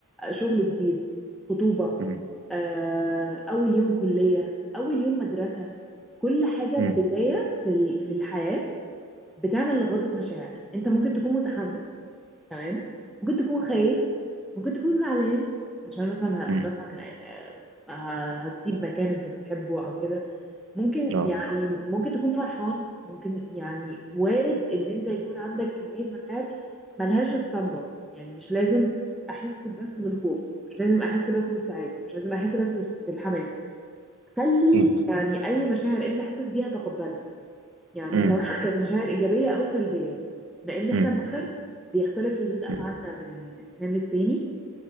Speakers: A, in the centre; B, on the right.
A: شغل جديد خطوبة
B: امم
A: آه، أول يوم كلية أول يوم مدرسة كل حاجة
B: امم
A: بداية في ال- في الحياة بتعمل لخبطة مشاعر أنت ممكن تكون متحمس تمام ممكن تكون خايف ممكن تكون زعلان عشان مثلا
B: امم
A: ه- مثلا آه، ه- هتسيب مكان أنت بتحبه أو كده ممكن
B: اه
A: يعني ممكن تكون فرحان ممكن يعني وارد ان انت يكون عندك كمية مشاعر ملهاش اسطمبة يعني مش لازم احس بس بالخوف مش لازم احس بس بالسعادة مش لازم احس بس, بس بالحماس خلي
B: اكيد
A: يعني اي مشاعر انت حاسس بيها تقبلها يعني
B: امم
A: سواء كانت مشاعر ايجابية او سلبية لان احنا
B: امم
A: بشر بيختلف ردود افعالنا
B: امم
A: من انسان للتاني